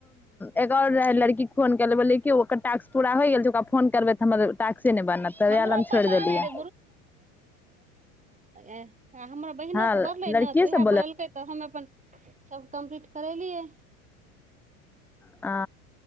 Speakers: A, in the centre; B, on the right (about 15°).
A: एगो ओर रहय लड़की फोनै केनै बोै ओकर टासक पूरा होय गेल छै ओकरा फोन करबै तऽ हमर टासके नहि बनल तऽ
B: हमरो
A: यैह लेल हम छोड़ि
B: पता
A: देलियै
B: नहि रहे एह आ हमर बहिनोके
A: हँ
B: बढ़लै
A: लड़किए
B: ने तऽ उएह
A: सब
B: बोललकै तऽ हम अपन सभ कम्प्लीट करेलियै
A: आ